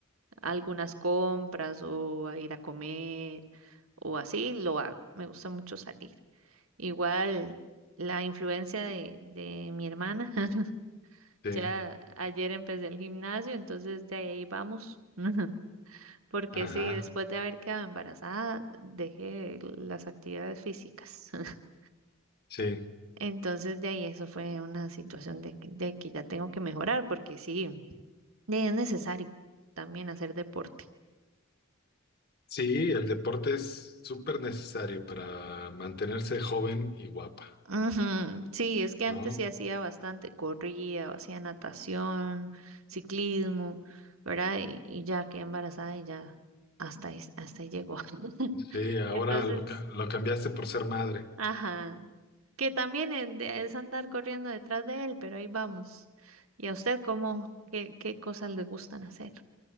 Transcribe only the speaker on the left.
sí,
ajá,
sí.
Sí, el deporte es súper necesario para mantenerse joven y guapa,
¿no?
Sí, ahora
lo, ca- lo cambiaste por ser madre.